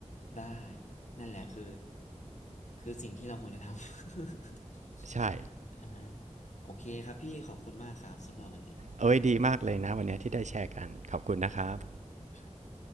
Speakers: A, on the left; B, on the right.
A: ได้นั่นแหละคือคือสิ่งที่เราควรจะทำ <laughs>
B: ใช่
A: อ่าโอเคครับพี่ขอบคุณมากครับสำหรับวันนี้
B: เอ้ยดีมากเลยนะวันนี้ที่ได้แชร์กันขอบคุณนะครับ
A: ครับ